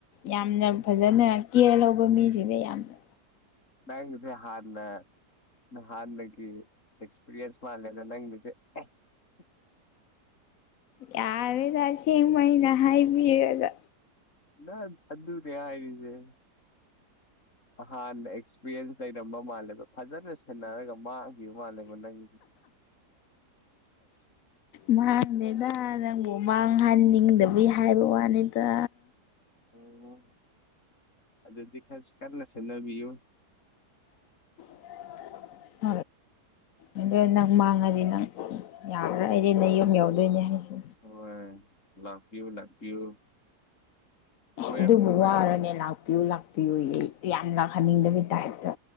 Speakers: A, on the left (about 65°); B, on the left (about 45°).
A: ꯌꯥꯝꯅ ꯐꯖꯅ ꯀꯦꯌꯔ ꯂꯧꯕ ꯃꯤꯁꯤꯡꯗꯤ ꯌꯥꯝꯅ
B: ꯅꯪꯖꯦ ꯍꯥꯟꯅ ꯅꯍꯥꯟꯗꯒꯤ ꯑꯦꯛꯁꯄꯤꯔꯤꯌꯦꯟꯁ ꯃꯥꯜꯂꯦꯗ ꯅꯪꯒꯤꯖꯦ ꯑꯁ <inaudible>
A: ꯌꯥꯔꯦꯗ ꯑꯁꯦꯡꯕꯩ ꯑꯩꯅ ꯍꯥꯏꯕꯤꯔꯒ
B: ꯅꯠ ꯑꯗꯨꯅꯦ ꯍꯥꯏꯔꯤꯖꯦ ꯑꯍꯥꯟꯅ ꯑꯦꯛꯁꯄꯤꯔꯤꯌꯦꯟꯁ ꯂꯩꯔꯝꯕ ꯃꯥꯜꯂꯦꯕ ꯐꯖꯅ ꯁꯦꯟꯅꯔꯒ ꯃꯥꯡ ꯒꯤꯕ ꯃꯥꯥꯜꯂꯦꯕ ꯅꯪꯖꯤ
A: ꯃꯥꯥꯡꯗꯦꯗ ꯅꯪꯕꯨ ꯃꯥꯡꯍꯟꯅꯤꯡꯗꯕꯩ ꯍꯥꯏꯕ ꯋꯥꯅꯤꯗ
B: ꯑꯣ ꯑꯗꯨꯗꯤ ꯈꯥꯁ ꯀꯟꯅ ꯁꯦꯟꯅꯕꯤꯌꯨ <inaudible>
A: <unintelligible> ꯑꯗꯨ ꯅꯪ ꯃꯥꯡꯉꯗꯤ ꯅꯪ ꯌꯥꯔꯔꯣꯢ ꯑꯩꯗꯤ ꯅꯌꯨꯝ ꯌꯧꯗꯨꯏꯅꯦ ꯍꯥꯏꯁꯦ
B: ꯍꯣꯏ ꯂꯥꯛꯄꯤꯌꯨ ꯂꯥꯛꯄꯤꯌꯨ ꯀꯣꯏꯔꯛꯄ
A: ꯑꯗꯨꯕꯨ ꯋꯥꯔꯅꯦ ꯂꯥꯛꯄꯤꯌꯨ ꯂꯥꯛꯄꯤꯌꯨ ꯌꯦ ꯌꯥꯝ ꯂꯥꯛꯍꯟꯅꯤꯡꯗꯕꯩ ꯇꯥꯏꯞꯇ